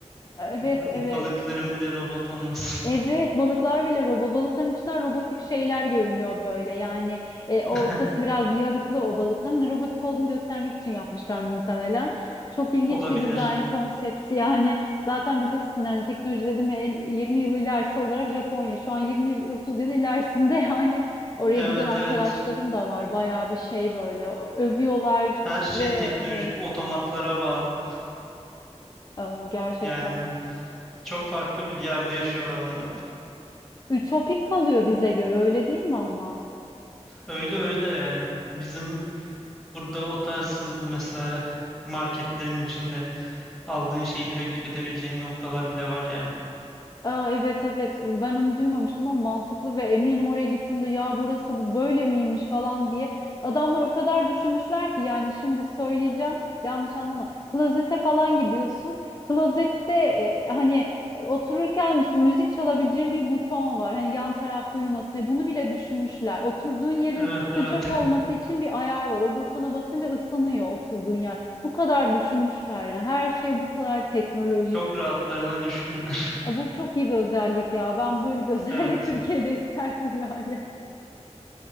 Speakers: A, on the left; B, in the centre.
A: Evet,
B: <laughs>
A: evet.
B: Balıkların bile robot olması.
A: Evet, balıklar bile robot. Balıkların içinden robotik şeyler görünüyor böyle. Yani e, ortası
B: <laughs>
A: biraz yarıklı o balıkların. Hani Robotik olduğunu göstermek için yapmışlar muhtemelen. Çok ilginç
B: Olabilir.
A: bir dizayn konsepti. <laughs> Yani zaten bilirsin yani teknoloji dedim ya, en 20 yıl ilerisi olarak Japonya. Şu an 20 yıl, 30 yıl ilerisinde <laughs> yani. Oraya
B: Evet
A: giden arkadaşlarım
B: evet.
A: da var. Bayağı bir şey böyle. Övüyorlar
B: Her şey
A: ve
B: teknolojik
A: evet,
B: otomatlara bağlı.
A: e, gerçekten.
B: Yani çok farklı bir yerde yaşıyorlar onlar da.
A: Ütopik kalıyor bize göre öyle değil mi ama?
B: Öyle öyle yani. Bizim burada o tarz hızlı mesela marketlerin içinde aldığın şeyi direkt tüketebileceğin noktalar bile var yani.
A: Aa, evet evet ben onu duymamıştım ama mantıklı ve eminim oraya gittiğimde ya burası bu böyle miymiş falan diye adamlar o kadar düşünmüşler ki yani şimdi söyleyeceğim yanlış anlama klozete falan gidiyorsun klozette e, hani e, otururken işte müzik çalabileceğin bir buton var hani yan tarafta uyumasın diye bunu bile düşünmüşler oturduğun yerin
B: Evet
A: sıcak
B: evet.
A: olması için bir ayar var o butona basınca ısınıyor oturduğun yer bu kadar düşünmüşler yani her şey bu kadar teknolojik.
B: <laughs> Çok rahatlarına düşkünler. <laughs>
A: E, Bu çok iyi bir özellik ya. Ben böyle bir <laughs> özelliği
B: Evet.
A: Türkiye'de isterdim yani.